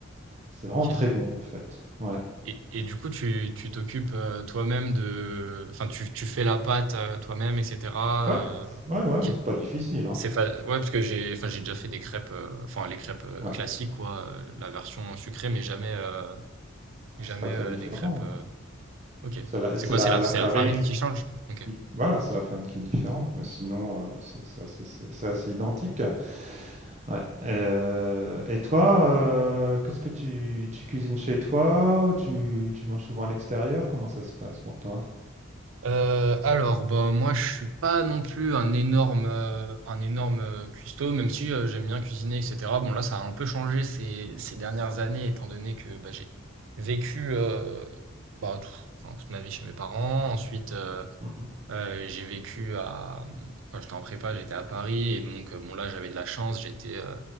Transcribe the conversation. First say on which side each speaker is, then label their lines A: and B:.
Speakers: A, on the right; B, on the right.
A: c'est vraiment
B: Ok.
A: très bon en fait. Ouais,
B: Et, et du coup, tu tu t'occupes euh, toi-même de enfin tu tu fais la pâte euh, toi-même, etc.
A: Ouais.
B: euh,
A: ouais, ouais,
B: ok.
A: c'est pas difficile, hein.
B: C'est fa ouais, parce que j'ai enfin, j'ai déjà fait des crêpes, heu, enfin les crêpes, heu,
A: Ouais.
B: classiques quoi, heu, la version sucrée, mais jamais, heu, jamais,
A: Ah, C'est pas très
B: heu,
A: différent.
B: des crêpes, heu
A: hein.
B: OK.
A: C'est la,
B: C'est
A: c'est
B: quoi?
A: la,
B: C'est la
A: la
B: c'est
A: farine
B: la farine qui change? OK.
A: qui, voilà, c'est la farine qui est différente, mais sinon, euh, c'est c'est assez, c'est- c'est assez identique. Ouais. Euh, et toi, euh, qu'est-ce que tu, tu cuisines chez toi? ou Tu, tu manges souvent à l'extérieur? Comment ça se passe pour toi?
B: Heu, alors, ben, moi, je suis pas non plus un énorme, heu, un énorme, heu, cuistot, même si, heu, j'aime bien cuisiner et cetera. Bon, là, ça a un peu changé ces ces dernières années étant donné que, bah, j'ai vécu, heu, bah, tout enfin, toute ma vie chez mes parents. Ensuite, euh,
A: Mhm.
B: Euh, j'ai vécu à quand j'étais en prépa, j'étais à Paris et donc euh, bon là j'avais de la chance, j'étais euh,